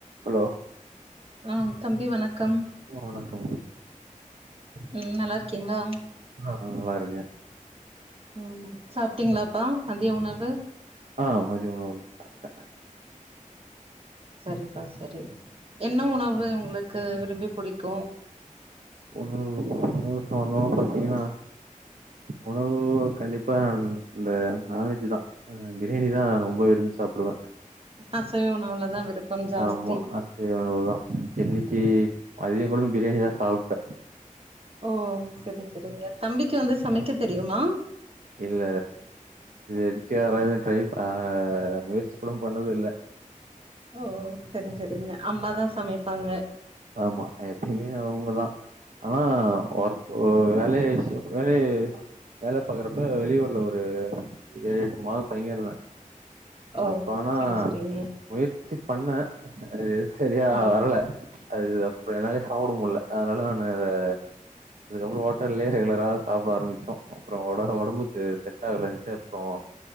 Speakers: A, on the right; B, on the right.
A: ஹலோ
B: ம் தம்பி வணக்கம்
A: வணக்கம்
B: ம் நல்லா இருக்கீங்களா
A: நா நல்லா இருக்கே
B: ம் சாப்ட்டீங்களாப்பா மதிய உணவு
A: ஆ மதிய உணவு சாப்டேன்
B: சரிப்பா சரி என்ன உணவு உங்களுக்கு விரும்பி புடிக்கு
A: உணவு உணவு சம்பந்தமா பாத்தீங்கன்னா உணவு கண்டிப்பா இந்த நான்வெஜ் தான் பிரியாணிதான் ரொம்ப விரும்பி சாப்டுவேன்
B: அசைவ உணவுலதா விருப்பம் ஜாஸ்தி
A: ஆமா அசைவஉணவு தான் இன்னைக்கு மதிய கூட பிரியாணி தா சாப் ட
B: ஓ சரி சரிங்க தம்பிக்கு வந்து சமைக்க தெரியுமா
A: இல்ல இதுக்க டரைஹ் முயற்சி கூடம் பண்ணது இல்ல
B: ஓ ஓ சரி சரிங்க அம்மாதான் சமைப்பாங்க
A: ஆமா எப்பயுமே அவங்கதான் ஆனா ஒரு வேலைய விஷயம் வேலைய வேல பாக்குறப்ப வெளியூர்ல ஒரு ஏழு எட்டு மாதம் தங்கியே இருந்தே
B: ஓ
A: அப்ப ஆனா
B: சரி சரிங்க
A: முயற் ச்சு பண்ண எது செரியா
B: ஆ
A: வரல அப்றோ என்னாலயு சாப்புடவு முல்ல அதுனால நா அத அதுக்கப்றோ ஹோட்டல்லலயே ரெகுலரா சாப்புட ஆரம்மிச்சோ அப்றோ ஒட ஒடம்புக்கு செட் ஆகலன்ட்டு அப்றோ